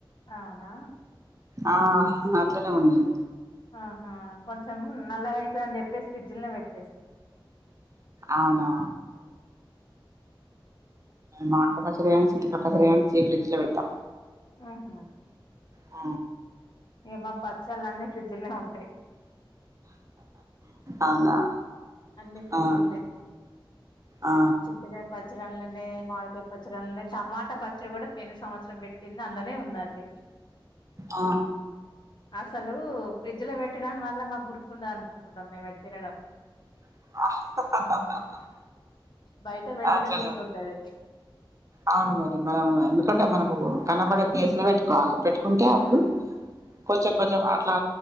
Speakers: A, on the left; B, on the right.
A: అవునా
B: ఆ అట్లనే ఉన్నాయి
A: ఆహా కొంచెం నల్లగైతది అని చెప్పేసి ఫ్రిడ్జ్ లనే పెట్
B: అవునా మామిడికాయ పచ్చడి గాని చింతకాయ పచ్చడి గాని డీఫ్రిజ్ ల పెడ్తా
A: ఆహ
B: ఆ
A: ఏమ్మా పచ్చళ్ళన్నీ ఫ్రిడ్జ్ లనే ఉంటాయి
B: అవునా
A: అన్ని ఫ్రిడ్జీలనే
B: ఆ ఆ
A: చింతకాయ పచ్చడల్లనే మామిడికాయ పచ్ చ్చడల్లనే టమాటా పచ్చడి కూడా పోయిన సంవత్సరం పెట్టింది అందులోనే ఉందండి
B: ఆ
A: అసలు ఫ్రిడ్జ్ లో పెట్టడం వల్ల మాగ్గుర్తుండదు అనుకుంట మేమైతే తినడం
B: <unintelligible>
A: బయట పెడితేనే
B: అట్లనా
A: గుర్తుంటది
B: అవును మరి మనం ఎందుకంటే మనకు కనబడే ప్లేస్ ల పెట్కోవాలె పెట్టు ఉంటే అప్పుడు
A: ఉమ్
B: కొంచెం కొంచెం అట్లా